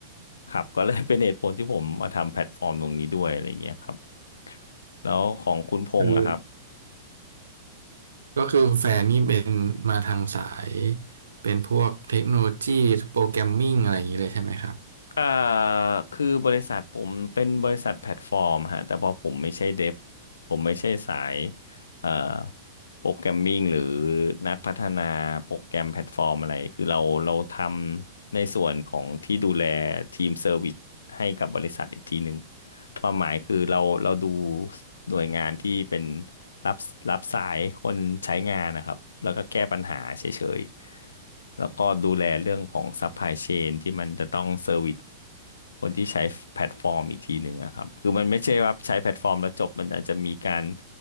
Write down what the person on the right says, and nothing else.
คือก็คือแฟนนี่เป็นมาทางสายเป็นพวกเทคโนโลยีโปรแกรมมิ่งอะไรอย่างนี้เลยใช่ไหมครับ